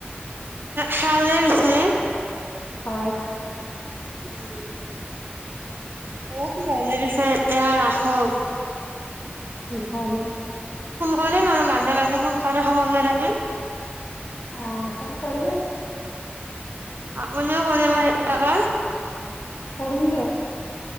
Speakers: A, on the right; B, on the left.
A: খালে পিছে।
B: হয়
A: উম। <unintelligible> হ আৰু তেনেক ফোন
B: হয় নি
A: কৰিম আৰু মাজে মাজে ফোন কৰি খবৰ লৈ থাকিম।
B: অ ফোন কৰিবি।
A: আপুনিও কৰিব কেতিয়াবা।
B: কৰিম দিয়ক